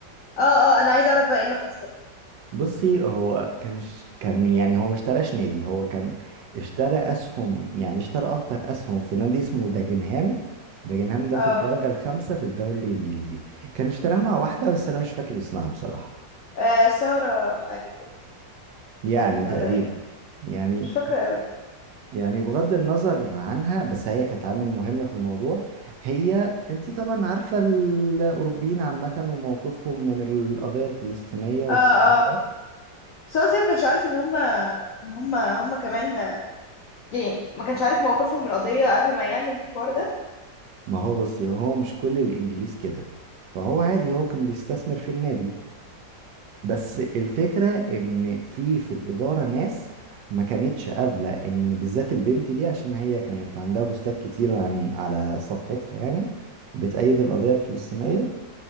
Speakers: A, on the left; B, on the right.
A: اه اه انا عايزه اعرف بقى ايه اللي حصل
B: بصي هو كان ش... كان يعني هو ما اشتراش نادي هو كان اشترى اسهم يعني اشترى اكتر اسهم في نادي اسمه داجنهام داجنهام ده
A: اه
B: في الدرجة الخامسة في الدوري الانجليزي كان اشتراها مع واحدة بس انا مش فاكر اسمها بصراحة
A: آه، سارة حاجه كده
B: يعني
A: ولا
B: تقريبا
A: ايه
B: يعني
A: مش فاكره قوي
B: يعني بغض النظر عنها بس هي كانت عامل مهمة في الموضوع هي انتي طبعا عارفة الاوروبيين عامة وموقفهم من القضية الفلسطينية والكلام
A: اه اه
B: ده
A: سارة زي ما كانش عارف ان هما ان هما هما كمان يعني ما كانش عارف موقفهم من القضيه قبل ما يعمل الحوار ده
B: ما هو بس هو مش كل الانجليز كده فهو عادي هو كان بيستثمر في النادي بس الفكرة ان في في الإدارة ناس ما كانتش قابلة ان بالذات البنت دي عشان هي كانت عندها بوستات كتير عن على صفحتها يعني بتأيد القضية الفلسطينية